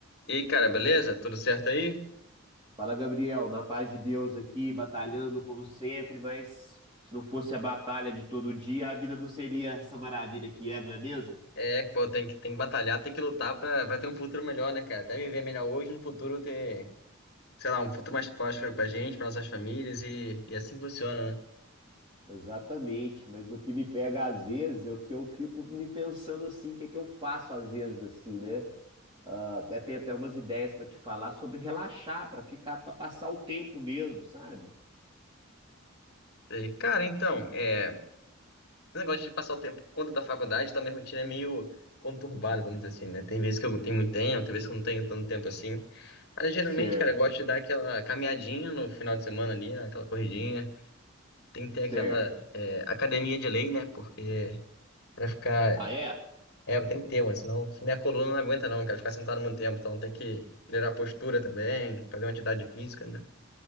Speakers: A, on the left; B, on the right.
A: E cara, beleza? Tudo certo aí?
B: Fala, Gabriel, na paz de Deus aqui, batalhando como sempre, mas se não fosse a batalha de todo dia, a vida não seria essa maravilha que é, não é mesmo?
A: É, pô, tem que, tem que batalhar, tem que lutar pra, pra ter um futuro melhor, né, cara? Até viver melhor hoje, no futuro ter, sei lá, um futuro mais próspero pra gente, pra nossas famílias e, e assim funciona, né?
B: Exatamente, mas o que me pega às vezes é o que eu fico me pensando assim, o que é que eu faço às vezes assim, né? Ah, até tem até umas ideias pra te falar sobre relaxar, pra ficar, para passar o tempo mesmo, sabe?
A: E, cara, então, é, esse negócio de passar o tempo por conta da faculdade, tá, minha rotina é meio conturbada, vamos dizer assim, né? Tem vezes que eu tenho muito tempo, tem vezes que eu não tenho tanto tempo assim. Mas geralmente,
B: Certo,
A: cara, eu gosto de dar aquela caminhadinha no final de semana ali, né? Aquela corridinha. Tem que ter
B: certo.
A: aquela é, academia de lei, né? Porque pra ficar
B: Ah, é?
A: É, tem que ter, mano, senão minha coluna não aguenta não, cara, ficar sentado muito tempo, então tem que melhorar a postura também, fazer uma atividade física, né?